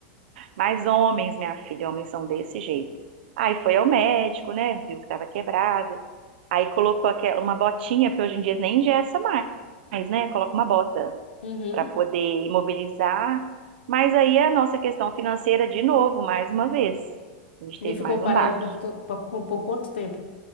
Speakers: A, on the right (about 70°); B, on the left (about 90°).
A: Mas homens, minha filha, homens são desse jeito. Aí foi ao médico, né? Viu que tava quebrado. Aí colocou aquela, uma botinha, porque hoje em dia nem engessa mais, né? Coloca uma bota
B: uhum.
A: para poder imobilizar. Mas aí a nossa questão financeira, de novo, mais uma vez. A gente
B: Ele
A: teve
B: ficou
A: mais
B: parado
A: um baque.
B: por, to- por, por quanto tempo?